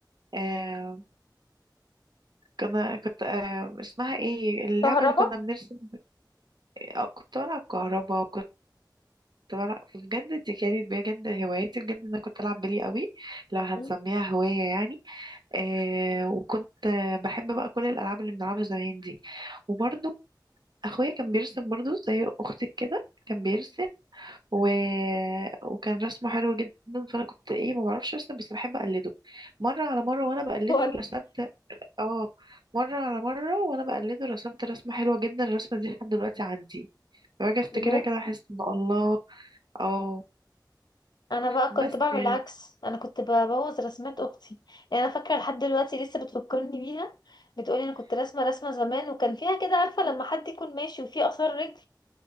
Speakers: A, on the right (about 70°); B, on the left (about 65°).
A: آه، كنا كنت آه، اسمها ايه اللعبة
B: كهربا
A: اللي كنا بنرسم آه، كنت بلعب كهربا وكنت بلعب بجد دي كانت بجد هوايتي بجد انا كنت العب بلي قوي لو هنسميها
B: مم.
A: هواية يعني آه، وكنت آه، بحب بقى كل الالعاب اللي بنلعبها زمان دي وبرضه اخويا كان بيرسم برضه زي اختي كده كان بيرسم و... وكان رسمه حلو جدا فانا كنت ايه ما بعرفش ارسم بس بحب اقلده مره على مره وانا بقلده
B: وأنا
A: رسمت اه مره على مره وانا بقلده رسمت رسمه حلوه جدا الرسمه دي لحد دلوقتي عندي باجي افتكرها
B: بجد
A: كده احس ان الله اه
B: أنا بقى كنت
A: بس
B: بعمل
A: يعني
B: العكس أنا كنت ببوظ رسمات أختي يعني أنا فاكرة لحد دلوقتي لسه بتفكرني بيها بتقولي أنا كنت راسمة رسمة زمان وكان فيها كده عارفة لما حد يكون ماشي وفيه آثار رجل